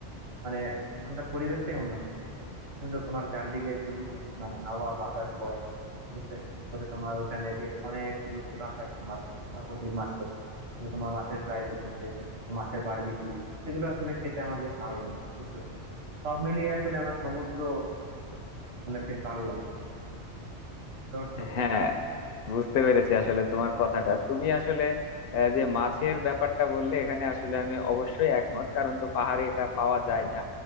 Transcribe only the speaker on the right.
মানে ওখানকার পরিবেশটাই অন্যরকম সুন্দর তোমার চারদিকে শুধু মানে হাওয়া বাতাস বয় ঠিক আছে পরে তোমার ওখানে বেশ অনেকগুলো দোকান থাকে তোমার সামুদ্রিক মাছের তো তোমার মাছের ফ্রাই করতেছে মাছের বারবিকিউ এগুলো আসলে খেতে আমার বেশ ভালো লাগে বুঝছো সব মিলিয়ে আসলে আমার সমুদ্র মানে বেশ ভালো লাগে বুঝতে পারছো